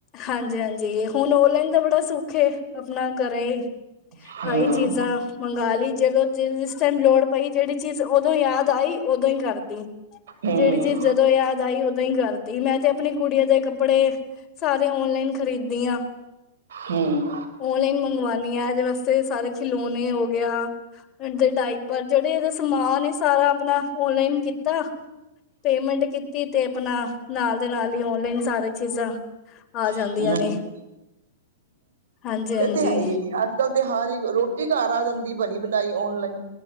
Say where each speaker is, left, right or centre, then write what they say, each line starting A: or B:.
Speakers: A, on the left (about 30°); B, on the right (about 75°).
A: ਹਾਂਜੀ-ਹਾਂਜੀ ਹੁਣ ਔਲਾਈਨ ਦਾ ਬੜਾ ਸੁ ਖੇ ਆਪਣਾ ਘਰੇ
B: ਹੂੰ
A: ਆਈ ਚੀਜ਼ਾਂ ਮੰਗਾ ਲੀ ਜਦੋਂ ਜ ਜਿਸ ਟਾਈਮ ਲੋੜ ਪਈ ਜੇੜੀ ਚੀਜ਼ ਓਦੋ ਯਾਦ ਆਈ ਓਦੋ ਈ ਕਰਤੀ।
B: ਹੂੰ
A: ਜੇੜੀ ਚੀਜ਼ ਜਦੋਂ ਯਾਦ ਆਈ ਓਦੋਂ ਈ ਕਰਤੀ ਮੈਂ ਤੇ ਆਪਣੀ ਗੁੜੀਆਂ ਦੇ ਕੱਪੜੇ ਸਾਰੇ ਔਨਲਾਈਨ ਖਰੀਦ ਦੀ ਆਂ।
B: ਹੂੰ
A: ਓਨਲਾਈਨ ਮੰਗਵਾਣੀ ਆ ਏਦੇ ਵਾਸਤੇ ਸਾਰੇ ਖਿਲੌਣੇ ਹੋ ਗਯਾ ਦੇ ਡਾਇ ਪਰ ਜੇੜੇ ਏਦਾ ਸਮਾਨ ਏ ਸਾਰਾ ਅਪਣਾ ਓਨਲਾਈਨ ਕੀਤਾ। ਪੇਮੈਂਟ ਕੀਤੀ ਤੇ ਅਪਣਾ ਨਾਲ ਦੇ ਨਾਲ ਈ ਔਨਲਾਈਨ ਸਾਰੇ ਚੀਜ਼ਾਂ ਆ ਜਾਂਦੀਆਂ
B: ਹੂੰ
A: ਨੇ। ਹਾਂਜੀ ਹਾਂਜੀ
B: ਏ ਤੇ ਹੈ ਈ ਅੱਜ ਕੱਲ ਤੇ ਹਰ ਈ ਰੋਟੀ ਘਰ ਆ ਜਾਂਦੀ ਬਣੀ ਬਣਾਈ ਔਨਲਾਈਨ